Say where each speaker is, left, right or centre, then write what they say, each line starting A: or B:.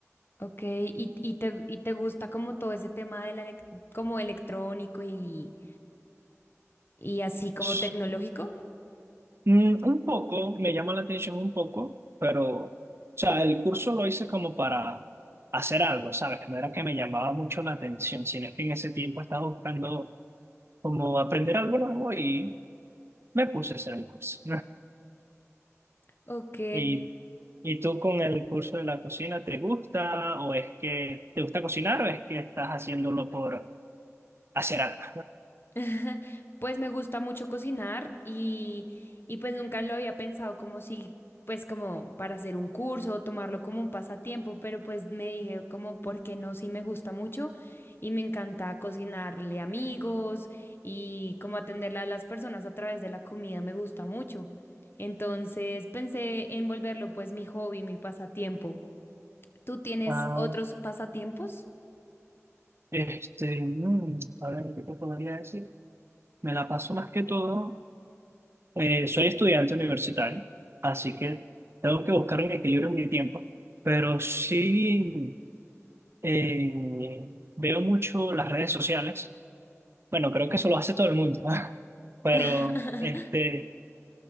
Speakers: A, on the left (about 45°); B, on the right (about 50°).
A: ok. ¿Y, y te, y te gusta como todo ese tema de la elec- como electrónico y, y así como
B: así.
A: tecnológico?
B: Mm, un poco, me llama la atención un poco, pero, o sea, el curso lo hice como para hacer algo, ¿sabes? No era que me llamaba mucho la atención, sino que en ese tiempo estaba buscando como aprender algo nuevo y me puse a hacer el curso.
A: Ok.
B: <laughs> ¿Y, y tú con el curso de la cocina, te gusta o es que te gusta cocinar o es que estás haciéndolo por hacer algo?
A: <laughs> Pues me gusta mucho cocinar y, y pues nunca lo había pensado como si, pues como para hacer un curso o tomarlo como un pasatiempo, pero pues me dije como, ¿por qué no? Sí me gusta mucho y me encanta cocinarle a amigos y como atender a las personas a través de la comida me gusta mucho. Entonces pensé en volverlo pues mi hobby, mi pasatiempo. ¿Tú tienes
B: Ah,
A: otros pasatiempos?
B: este, mm, a ver, ¿qué te podría decir? Me la paso más que todo. eh, soy estudiante universitario, así que tengo que buscar un equilibrio en mi tiempo, pero sí eh, veo mucho las redes sociales Bueno, creo que eso lo hace todo el mundo, <laughs> pero
A: <laughs>
B: este,